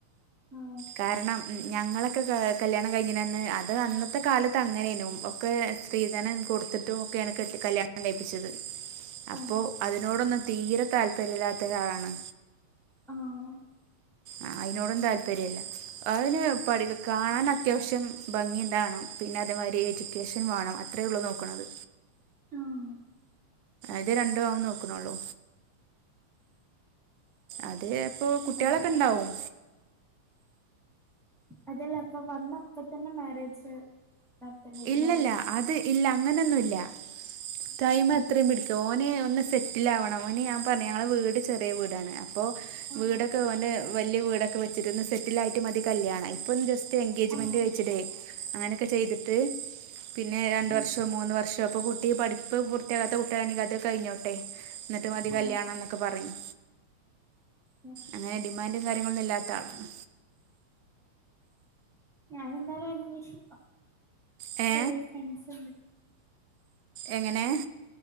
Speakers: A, in the centre; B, on the right (about 85°).
A: ആ
B: കാരണം ഞങ്ങളക്കെ കാല കല്യാണം കഴിഞ്ഞിനന്ന് അത് അന്നത്തെ കാലത്ത് അങ്ങനേനു ഒക്കെ സ്ത്രീധനം കൊടുത്തിട്ടും ഒക്കെയാണ് കെട്ട കല്യാണം കഴിപ്പിച്ചത് അപ്പോ
A: അതെ
B: അതിനോടൊന്ന് തീരെ താല്പര്യമില്ലാത്ത ഒരാളാണ്
A: ആഹ്
B: ആ അതിനോടൊന്നും താല്പര്യമല്ല അതിന് പ കാണൻ അത്യാവശ്യം ഭംഗി എന്തണം പിന്നെ അതുമാതിരി എഡ്യൂക്കേഷൻ വേണം അത്രേ ഉള്ളു നോക്കണത്
A: ആഹ്
B: ഇത് രണ്ടു ആവന്ന് നോക്കുന്നുള്ളൂ അത് അപ്പൊ കുട്ടികളൊക്കെ
A: അപ്പൊ
B: ഇണ്ടാവും
A: എ അതല്ല അപ്പൊ വന്നപ്പ തന്നെ മാരേജ് നടത്തേണ്ടി വരൂല്ലേ
B: ഇല്ലല്ല അത് ഇല്ല അങ്ങനൊന്നുംല്ല ടൈം
A: ഉം
B: എത്രയും പിടിക്ക ഓന് ഒന്ന് സെറ്റിലാവണം ഓന് ഞാൻ പറഞ്ഞു ഞങ്ങള വീട് ചെറിയ വീടാണ് അപ്പോ
A: ആ
B: വീടൊക്കെ ഓന്റെ വലിയ വീടൊക്കെ വച്ചട്ടൊന്ന് സെറ്റിൽ ആയിട്ട് മതി കല്യാണം ഇപ്പൊ ജസ്റ്റ് എൻഗേജ്മെന്റ്
A: ആ
B: കഴിച്ചിടെ അങ്ങനെയൊക്കെ ചെയ്തിട്ട് ട്ട് പിന്നെ രണ്ട
A: ഉം
B: വർഷമോ മൂന്ന് വർഷോ ഇപ്പോ കുട്ടി പഠിക്ക ഇപ്പ പൂർത്തിയാക്കാത്ത കുട്ടുകാരാണിക്ക അത് കഴിഞ്ഞോട്ടെ എന്നിട്ട് മതി
A: ആ
B: കല്യാണം എന്നൊക്കെ പറഞ്ഞു
A: ഓക്കെ.
B: അങ്ങനെ ഡിൻ് മും കാര്യങ്ങളൊും ഇല്ലാത്ത ആളാണ്
A: ഞാന എന്താലും അന്വേഷിക്കാം
B: ഏ
A: കൊറെ ഫ്രണ്ട്സ് ഉണ്ട്
B: എങ്ങനെ